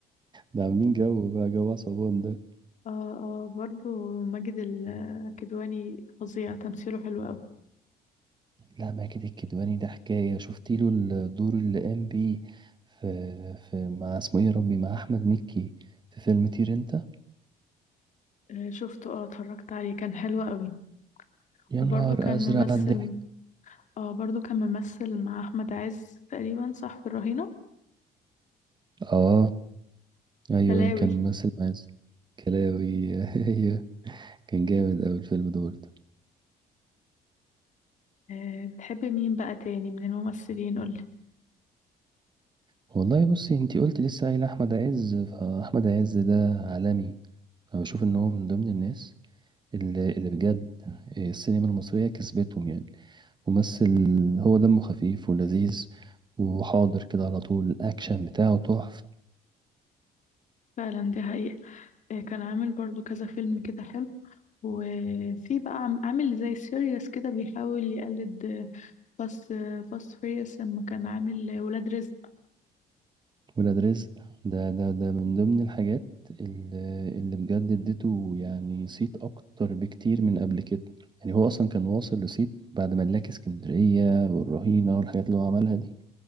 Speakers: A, on the right; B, on the left.
A: ده عاملين جو بقى جو عصابات ده
B: اه اه برضه ماجد الكدواني فظيع تمثيله حلو أوي
A: لا ماجد الكدواني ده حكاية شفت له الدور اللي قام بيه في, في مع اسمه ايه يا ربي مع احمد مكي في فيلم طير انت
B: آه، شفته اه اتفرجت عليه كان حلو قوي
A: يا
B: وبرضه
A: نهار
B: كان
A: ازرق
B: ممثل
A: على الضحك
B: اه برضه كان ممثل مع احمد عز تقريبا صح في الرهينة
A: اه ايوه
B: كلاوي
A: أيوة، كان ممثل مع ياسر كلاوي <laughs> ايوه كان جامد اوي الفيلم دول ده برضه.
B: آه بتحبي مين بقى تاني من الممثلين قولي
A: والله بصي انتي قلت لسه قايل احمد عز فاحمد عز ده عالمي انا بشوف ان هو من ضمن الناس اللي, اللي بجد السينما المصرية كسبتهم يعني ممثل هو دمه خفيف ولذيذ وحاضر كده على طول الأكشن بتاعه تحفة
B: فعلا دي حقيقة آه كان عامل برضه كذا فيلم كده حلو وفي بقى عم- عامل زي سيريوس كده بيحاول يقلد آه، فاست آه، فاست فيريوس لما كان عامل ولاد رزق
A: ولاد رزق ده ده ده من ضمن الحاجات اللي, اللي بجد اديته يعني صيت أكتر بكتير من قبل كده يعني هو أصلا كان واصل لصيت بعد ملاك اسكندرية والرهينة والحاجات اللي هو عملها دي